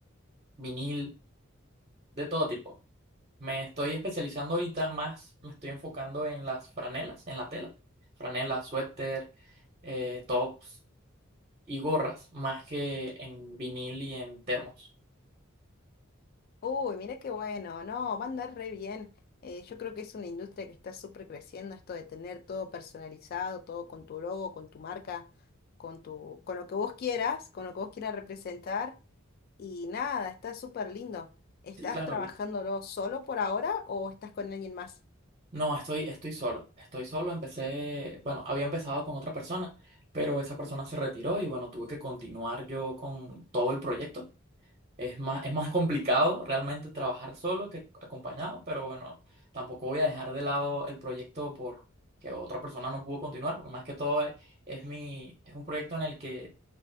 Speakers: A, on the right (about 30°); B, on the left (about 45°).
A: vinil, de todo tipo. Me estoy especializando ahorita más, me estoy enfocando en las franelas, en la tela. Franelas, suéter, eh, tops y gorras, más que en vinil y en termos.
B: Uy, mira qué bueno, no, va a andar re bien. Eh, yo creo que es una industria que está súper creciendo, esto de tener todo personalizado, todo con tu logo, con tu marca, con tu, con lo que vos quieras, con lo que vos quieras representar. Y nada, está súper lindo. ¿Estás
A: Sí, claro,
B: trabajándolo
A: vi.
B: solo por ahora o estás con alguien más?
A: No, estoy, estoy solo. Estoy solo, empecé, bueno, había empezado con otra persona, pero esa persona se retiró y bueno, tuve que continuar yo con todo el proyecto. Es más, es más complicado realmente trabajar solo que acompañado, pero bueno, tampoco voy a dejar de lado el proyecto por que otra persona no pudo continuar, porque más que todo es, es mi, es un proyecto en el que